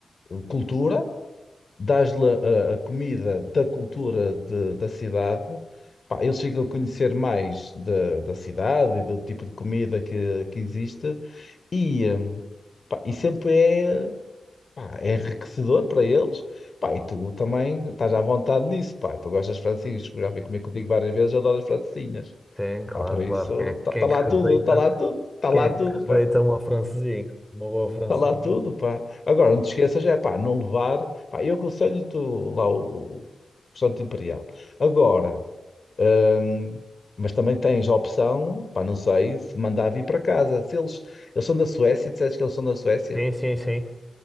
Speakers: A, on the left (about 55°); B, in the centre.
A: uh, cultura, dás-lhe a, a comida da cultura de- da cidade, pá, eles ficam a conhecer mais da da cidade e do tipo de comida que, que existe e, hum, pá, e sempre é, pá, é enriquecedor para eles, pá, e tu também estás à vontade nisso, pá, tu gostas de francesinhas, já fui comer contigo várias vezes, adoro as francesinhas.
B: Tem, claro,
A: Pá, por isso,
B: claro. Quem é,
A: está
B: quem é
A: lá
B: que rejeita?
A: tudo, está lá tudo, está
B: Quem
A: lá
B: é que
A: tudo, pá.
B: rejeita uma francesinha? Uma boa francesinha.
A: Está lá tudo, pá. Agora, não te esqueças, é pá, não levar. Pá, eu aconselho-te o- lá o, o Santo Imperial. Agora, hum, mas também tens a opção, pá, não sei, se mandar vir para casa. Se eles, eles são da Suécia, disseste que eles são da Suécia,
B: Sim, sim, sim.